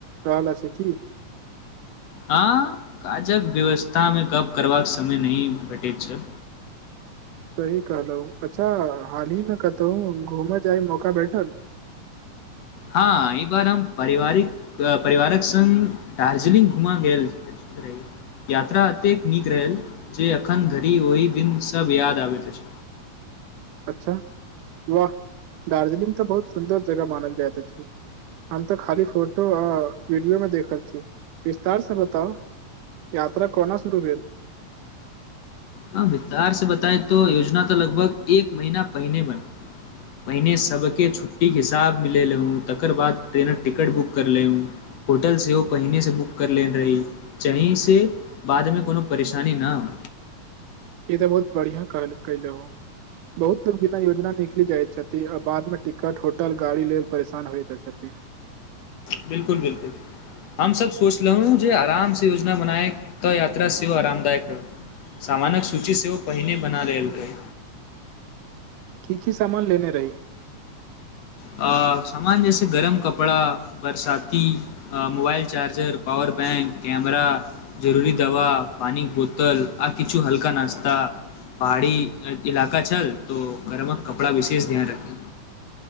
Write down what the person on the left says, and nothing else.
हँ काजक व्यवस्थामे गप्प करबाक समय नहि भेटैत छै।
हँ ई बार हम पारिवारिक पुरा परिवारक संग दार्जिलिंग घुमा गेल अछी। यात्रा एतेक नीक रहल जे अखन धरि ओहि दिन सब याद आबैत अछि।
हँ विस्तार स बताए तो योजना तऽ लगभग एक महीना पहिने बन पहिने सबके छुट्टीके हिसाब मिलेलहूं, तकर बाद ट्रेनक टिकट बुक करलेहुं। होटल सेहो पहिने से बुक कर लेने रही चहीं से, बादमे कोनो परेशानी ना हो।
बिल्कुल- बिल्कुल। हम सब सोचलहुॅ जे आराम से योजना बनाए, तऽ यात्रा सेहो आरामदायक रहत। सामानक सूची सेहो पहिने बना लेल रहि।
आ, सामान जे से गरम कपड़ा, बरसाती ह mobile charger, power bank, camera जरूरी दवा, पानिक बोतल, आ किछु हल्का नास्ता। पहाड़ी इलका छल तो गरमक कपड़ा विशेष ध्यान रखै।